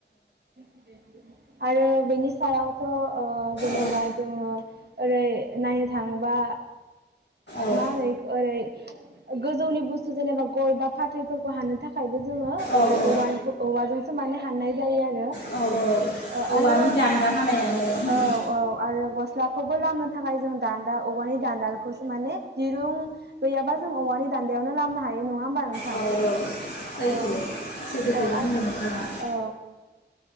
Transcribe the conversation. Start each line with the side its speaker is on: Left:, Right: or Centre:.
Right: बेफोरनो आरो बेनि सायावथ' ओ जेनेबा
Left: औ
Right: जोङो ओरै नायनो थांबा
Left: औ
Right: मारै ओरै गोजौनि बुस्थु जेनेबा गय बा फाथैफोरखौ हानो थाखाय जोङो
Left: औ औ
Right: ओरान औवाजों होनानै हाननाय जायो आरो ओ
Left: औ औवानि
Right: आरो
Left: दान्दा बानायनानै
Right: औ औ आरो गस्लाखौबो लामानो। थाखाय जों दान्दा औवानि दान्दाखौ माने दिरुं गैयाबा जों औवानि दान्दायावनो लामनो हायो नङा होमबा नोंथां
Left: औ सैथो
Right: औ
Left: सैथोखौनो
Right: औ
Left: बुंदों नोंथाङा
Right: औ